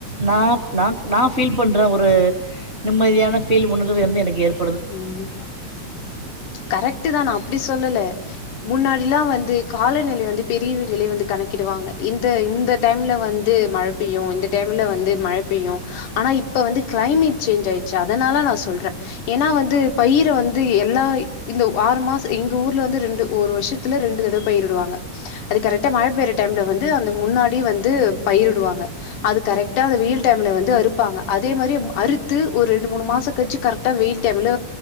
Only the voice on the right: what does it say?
நான் நான் நான் ஃபீல் பண்றே ஒரு நிம்மதியான ஃபீல் உனார்வு வந்து எனக்கு ஏற்